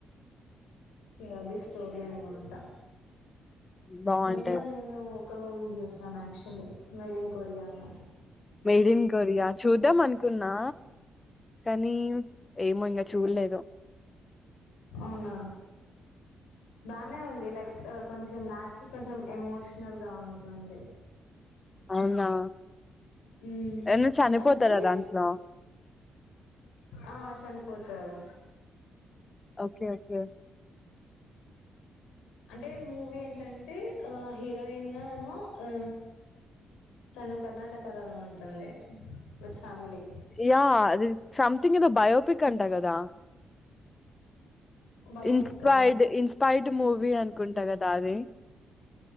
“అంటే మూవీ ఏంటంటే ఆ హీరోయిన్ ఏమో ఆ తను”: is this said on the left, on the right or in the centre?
Left